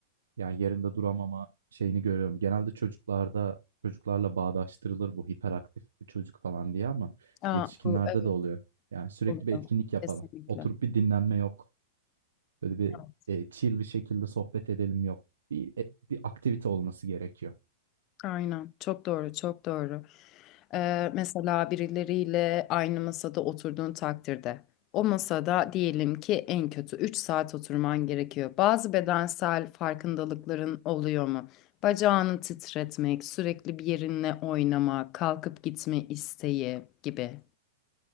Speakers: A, on the right; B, on the left.
A: yani yerinde duramama şeyini görüyorum. Genelde çocuklarda çocuklarla bağdaştırılır bu hiperaktif bir çocuk falan diye ama
B: Aa,
A: yetişkinlerde
B: bu evet
A: de oluyor. Yani sürekli
B: oluyor.
A: bir etkinlik yapalım.
B: Kesinlikle.
A: Oturup bir dinlenme yok. Böyle bir
B: Evet.
A: e, chill bir şekilde sohbet edelim yok. Bir e, bir aktivite olması gerekiyor.
B: Aynen. Çok doğru, çok doğru. Ee, mesela birileriyle aynı masada oturduğun takdirde o masada diyelim ki en kötü 3 saat oturman gerekiyor. Bazı bedensel farkındalıkların oluyor mu? Bacağını titretmek, sürekli bir yerinle oynama, kalkıp gitme isteği gibi.